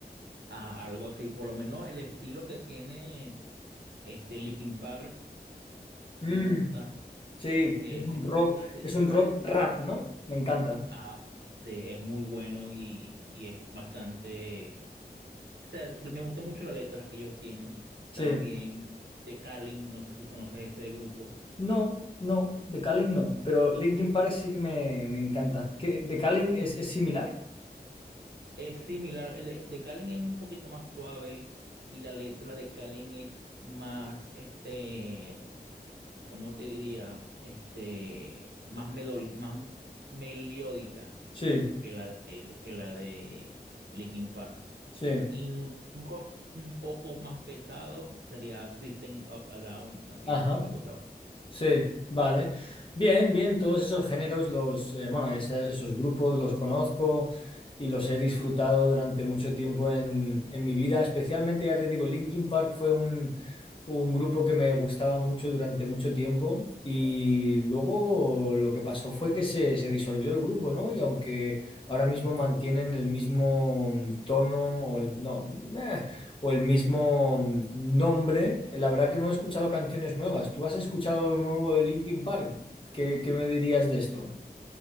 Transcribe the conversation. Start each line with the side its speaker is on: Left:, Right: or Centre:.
Right: Ah, algo así, por lo menos el estilo que tiene este Linkin Park
Left: Mm,
Right: me gusta.
Left: sí,
Right: Ese,
Left: es un rock,
Right: ese,
Left: es un rock rap, ¿no? Me encanta.
Right: ajá, sí, es muy bueno y, y es bastante. O sea, me gusta mucho la letra que ellos tienen.
Left: Sí.
Right: También de Kalin, no sé si conoces ese grupo.
Left: No, no, The Calling no, pero Linkin Park sí que me, me encanta. ¿Qué, The Calling es, es similar?
Right: Es similar, el de, de Kalin es un poquito más suave y la letra de Kalin es más, este, ¿cómo te diría? Este, más, medol- más melódica
Left: Sí,
Right: que la, de- que la de Linkin Park.
Left: sí.
Right: Y un un rock un poco más pesado sería System of a Down también,
Left: Ajá.
Right: que me gustaba.
Left: Sí, vale. Bien, bien, todos esos géneros, los, eh, bueno, esa- esos grupos los conozco y los he disfrutado durante mucho tiempo en, en mi vida. Especialmente, ya te digo, Linkin Park fue un, un grupo que me gustaba mucho durante mucho tiempo y luego lo que pasó fue que se, se disolvió el grupo, ¿no? Y aunque ahora mismo mantienen el mismo mm, tono, o el- no, eh, o el mismo mm, nombre. La verdad que no he escuchado canciones nuevas. ¿Tú has escuchado lo nuevo de Linkin Park? ¿Qué, qué me dirías de esto?